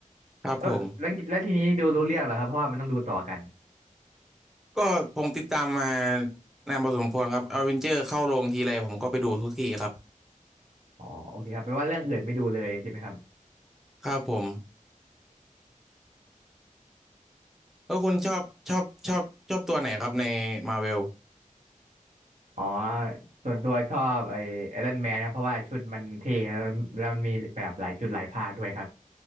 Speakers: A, in the centre; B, on the right.
A: ครับผม
B: แล้วแล้วแล้วทีนี้ดูรู้เรื่องเหรอครับเพราะว่ามันต้องดูต่อกัน
A: ก็ผมติดตามมานานพอสมควรครับอเวนเจอร์เข้าโรงทีไรผมก็ไปดูทุกทีครับ
B: อ๋อโอเคครับแปลว่าเรื่องอื่นไม่ดูเลยใช่ไหมครับ
A: ครับผมแล้วคุณชอบชอบชอบชอบตัวไหนครับในมาเวล
B: อ๋อส่วนตัวชอบไอ้ไอรอนแมนครับเพราะว่าชุดมันเท่แล้วแล้วมันมีแบบหลายชุดหลายภาคด้วยครับ